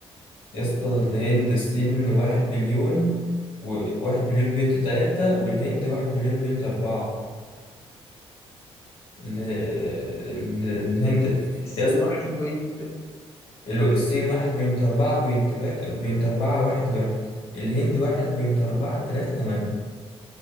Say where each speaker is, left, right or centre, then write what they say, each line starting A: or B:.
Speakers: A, on the left; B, on the left.
A: يا اسطى الهند الصين واحد بليون و... واحد بليون بنت تلاتة والهند واحد بليون بنت أربعة ال- ال- الهند
B: السين
A: يس
B: واحد بوينت
A: ال- الصين واحد بوينت أربعة بوينت وا- بوينت أربعة واحد واحد الهند واحد بوينت أربعة تلاتة تمانية